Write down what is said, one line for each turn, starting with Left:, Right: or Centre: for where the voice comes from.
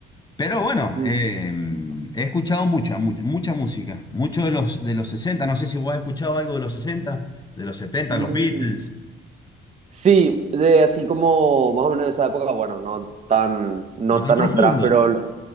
Left: Pero bueno,
Right: Mm.
Left: eh, he escuchado mucha, mucha, mucha música. Mucho de los, de los sesenta No sé si vos has escuchado algo de los sesenta de los setenta
Right: Mm.
Left: los Beatles.
Right: Sí, de así como más o menos de esa época, bueno, no tan, no
Left: No
Right: tan
Left: tan profundo.
Right: atrás, pero lo-